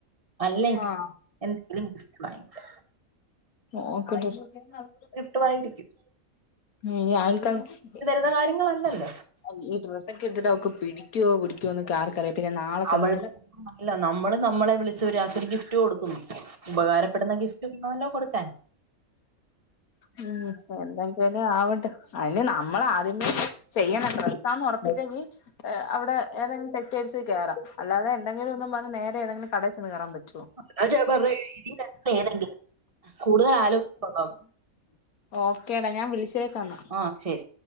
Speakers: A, on the right; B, on the left.
A: അല്ലെങ്കില
B: ആഹ്
A: എന്തെങ്കിലും ഗിഫ്‌റ്റ് വാങ്ങിക്കാം
B: നോക്കട്ട് <unintelligible>
A: ട്ടുവായിരിക്കും
B: ഉം ഈ <unintelligible>
A: തരുന്ന കാര്യങ്ങളല്ലല്ലോ
B: ഈ ഡ്രസ്സ് ഒക്കെ എടുത്തിട്ട് അവക്ക് പിടിക്കോ പിടിക്കോന്നൊക്കെ ആർക്കറിയാം പിന്നെ നാളെ ചെന്ന്
A: അവൾ അല്ല നമ്മള് നമ്മളെ വിളിച് ഒരാൾക്ക് ഒരു ഗിഫ്റ്റ് കൊടുക്കുന്നു ഉപകാരപ്പെടുന്ന ഗിഫ്റ്റ് <unintelligible> ണോലോ കൊടുക്കാൻ
B: ഉം എന്തെങ്കിലും ആവട്ടെ അതിന് നമ്മള ആദ്യമേ ചെയ്യണം ഡ്രെസാന്നൊറപ്പിച്ചെങ്കി അവിടെ ഏതെങ്കിലും ടെക്സ്റ്റൈൽസിൽ കേറാം അല്ലാതെ എന്തെങ്കിലും എന്നും‌ പറഞ്ഞ് നേരെ ഏതെങ്കിലും കടേ ചെന്ന് കേറാൻ പറ്റ്
A: അതാ ഞാൻ പറഞ ഇ ഏതെങ്കിലും കൂടുതൽ ആലോചനോ
B: ഓക്കേടാ ഞാൻ വിളിച്ചേക്കന്ന
A: ആഹ് ശരി